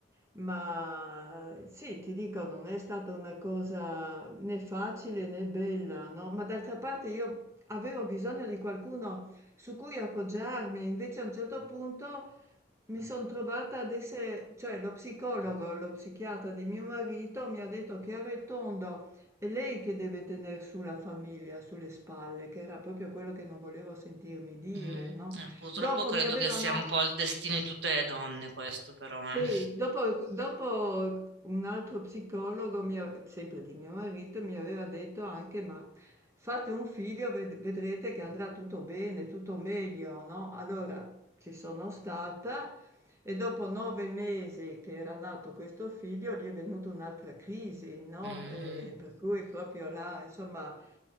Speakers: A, on the right (about 15°); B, on the right (about 70°).
A: ma eh, sì, ti dico, non è stata una cosa né facile né bella, no? Ma d'altra parte io avevo bisogno di qualcuno su cui appoggiarmi, invece a un certo punto mi sono trovata ad essere, cioè lo psicologo, lo psichiatra di mio marito mi ha detto chiaro e tondo, è lei che deve tener su la famiglia, sulle spalle, che era proprio quello che non volevo sentirmi dire,
B: Mm,
A: no?
B: eh, purtroppo
A: Dopo
B: credo
A: mi avevano,
B: che sia un po' il destino di tutte le donne questo però,
A: sì,
B: eh.
A: dopo dopo un altro psicologo, mi ha- sempre di mio marito, mi aveva detto anche, ma fate un figlio, ved- vedrete che andrà tutto bene, tutto meglio, no? Allora ci sono stata e dopo nove mesi che era nato questo figlio, gli è venuta un'altra crisi, no?
B: Mm,
A: E per cui proprio là, insomma...